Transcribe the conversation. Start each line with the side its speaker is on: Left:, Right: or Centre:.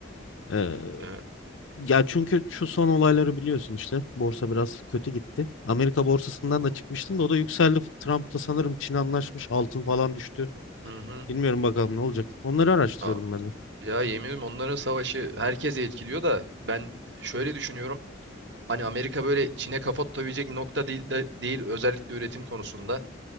Left: E,
Right: Evet.
Left: Ya çünkü şu son olayları biliyorsun işte. Borsa biraz kötü gitti. Amerika borsasından da çıkmıştım da o da yükseldi. Trump'la sanırım Çin anlaşmış. Altın falan düştü.
Right: Hı hı.
Left: Bilmiyorum bakalım ne olacak. Onları araştırıyordum
Right: Aa,
Left: ben de.
Right: ya yemin ederim onların savaşı herkese etkiliyor da ben şöyle düşünüyorum. Hani Amerika böyle Çin'e kafa tutabilecek nokta değil, de- değil özellikle üretim konusunda.